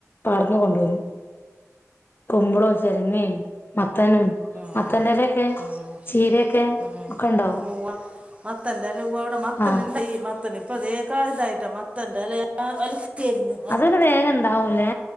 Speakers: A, on the left; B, on the right.
A: പാടത്ത് ന്ന് കൊണ്ടോരും കുമ്പളം ചെരങ്ങീ മത്തനും
B: ആഹ്
A: മത്തന്റെലൊക്കെ
B: ആഹ്
A: ചീരയൊക്കെ
B: ആഹ്
A: ഒക്കെ ഉണ്ടാവും
B: ആഹ്ഉവാ മത്തന്റെ ല വ്വാടെ മത്തൻ
A: ആഹ്
B: ണ്ട ഈ മത്തന് ഇപ്പൊ തേ കയിതായിട്ടാ മത്തന്റെല ല്ലാ എൽക്കര്ന്ന്
A: അത് വല്ലോ വേഗം ഉണ്ടാവൂലേ